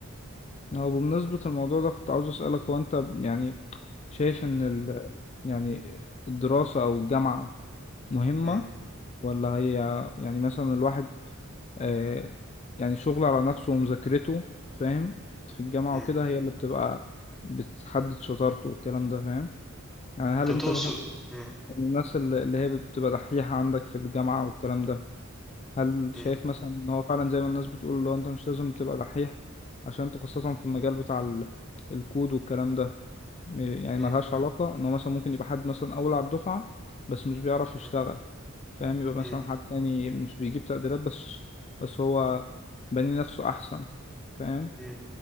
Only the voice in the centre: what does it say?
مم.
مم.
أنت
تقصد
مم.
مم.
مم.
مم.
مم.
مم.